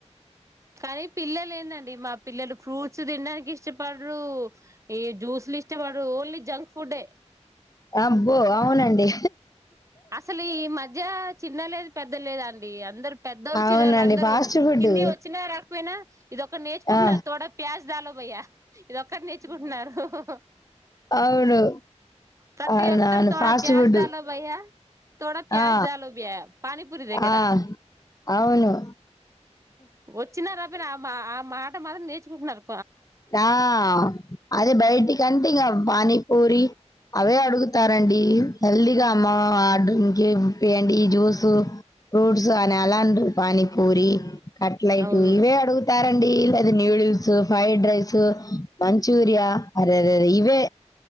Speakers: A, on the right (about 25°); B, on the left (about 30°).
A: కానీ పిల్లలు ఏందండి మా పిల్లలు ఫ్రూట్స్ తిినడానికి ఇష్టపడరు ఈ జ్యూస్లు ఇష్ట్ ఇష్టపడురూ ఓన్లీ జంక్ ఫుడ్ ఏ
B: అబ్బో అవునండి
A: అసలు ఈ మధ్య చిన్నలేదు పెద్ద లేదు అన్ డీ పెద్దవాళ్ళు
B: అవునండి.
A: చిన్నవాళ్ళు అందరు
B: ఫాస్ట్ ఫుడ్డు.
A: హిందీ వచ్చినా రాకపోయినా ఇది ఒకటి నేర్చుకుంటున్నారు
B: ఆ!
A: తొడ ప్యాజ్ జలో భయ్యా ఇది ఒక్కటి నేర్చుకుంటున్నారు హు హూ
B: అవును.
A: ప్రతి
B: అవునవును.
A: ఒక్కలు తోడా
B: ఫాస్ట్
A: ప్యాజ
B: ఫుడ్డు.
A: డాలో భయ్యా <inaudible> తొడ ప్యాజ్
B: ఆ!
A: దాలో భయ్యా పాని పురి దగ్గర
B: ఆ! అవును.
A: వచ్చిన రాపోయిన మా ఆ మాట మాత్రం నేర్చుకుంటున్నారు
B: ఆ అదే బయటికన్త్ తిన్ ఇంగా పానీపూరి అవే అడుగుతారండి హెల్తీగా అమ్మ ఆర్డకె యండి జ్యూస్ ఫ్రూట్స్ అని అలా అన్రు పానీపూరి కట్లెట్
A: అవును
B: ఇవే అడుగుతారండి న్యూడిల్స్ ఫ్రైడ్ రైస్ స్ ప చూర్య అరేరే ఇవే